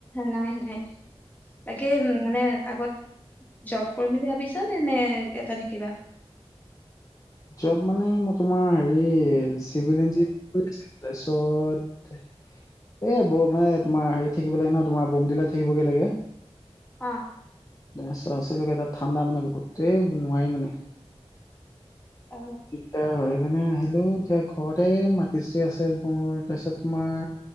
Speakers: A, on the left; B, on the left.
A: নাই, নাই। বাকী উম মানে আগত, জব কৰিম বুলি ভাবিছানে? নে এয়াতে থাকিবা?
B: জব মানে মই তোমাৰ হেৰি, চিভিল ইঞ্জিনিয়াৰ কৰিছিলোঁ। তাৰপিছত এ ব মানে, তোমাৰ হেৰিত থাকিব লাগে ন তোমাৰ, বমডিলা থাকিবগে লাগে।
A: অ'
B: তাৰপিছত, আছিলোগে তাত, ঠাণ্ডা মানে বহুত এই নোৱাৰি মানে।
A: অ
B: দিগদাৰ হয়, সেইকাৰণে হলেও এতিয়া ঘৰতে, মাটি-চাটি আছে মোৰ। তাৰপিছত তোমাৰ